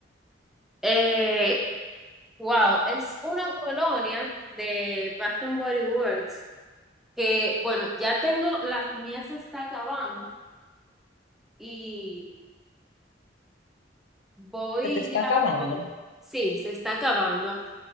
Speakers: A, in the centre; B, on the left.
A: Eh, wow, es una colonia de Bath and Body Works que, bueno, ya tengo, las mías se está acabando y voy
B: Se te está
A: ya
B: acabando.
A: por- Sí, se está acabando.